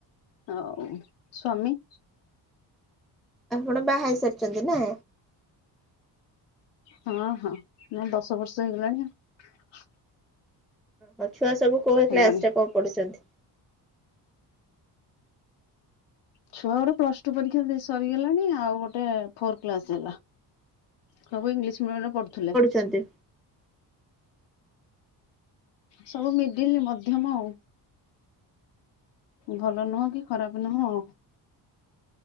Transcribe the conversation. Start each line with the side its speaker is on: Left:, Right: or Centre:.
Left: ଆଉ ସ୍ଵାମୀ।
Centre: ଆପଣ ବାହା ହେଇ ସାରିଛନ୍ତି ନା?
Left: ହଁ ହଁ ମୁଁ ଦଶ ବର୍ଷ ହେଇଗଲାଣି ଆ
Centre: ହ ଛୁଆ ସବୁ କୋହ
Left: ହେଲାଣି।
Centre: କ୍ଲାସରେ କଣ ପଢୁଛନ୍ତି?
Left: ଛୁଆ ଗୋଟେ ପ୍ଲସ ଟୁ ପରୀକ୍ଷା ସରିଗଲାଣି ଆଉ ଗୋଟେ ଫୋର କ୍ଲାସ ହେଲା। ସବୁ ଇଂଲିଶ ମିଡିୟମ ରେ ପଢୁଥିଲେ।
Centre: ଛନ୍ତି।
Left: ସବୁ ମିଳିଲି ମଧ୍ୟମ ଆଉ। ଭଲ ନୁହଁ କି ଖରାପ ନୁହଁ ଆଉ।